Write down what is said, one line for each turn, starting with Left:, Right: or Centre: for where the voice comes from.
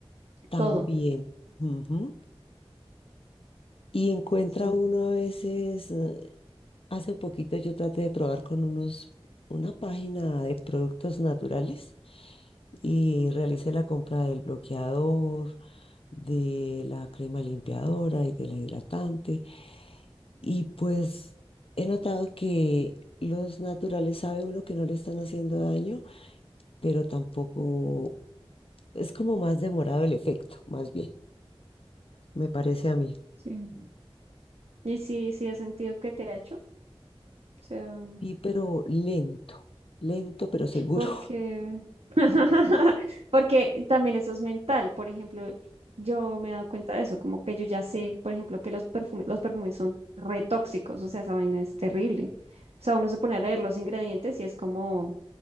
Left: también.
Right: todo.
Left: ujú. Y encuentra
Right: Sí,
Left: uno a veces, eh, hace poquito yo traté de probar con unos, una página de productos naturales y realicé la compra del bloqueador, de la crema limpiadora y de la hidratante. Y pues he notado que los naturales sabe uno que no le están haciendo daño, pero tampoco es como más demorado el efecto, más bien, me parece a mí.
Right: sí. Y sí, sí, has sentido que te ha hecho. O sea,
Left: Y pero lento, lento pero seguro.
Right: porque, <laughs> porque también eso es mental. Por ejemplo, yo me he dado cuenta de eso, como que yo ya sé, por ejemplo, que los perfumes, los perfumes son re tóxicos. O sea, esa vaina es terrible. O sea, uno se pone a leer los ingredientes y es como.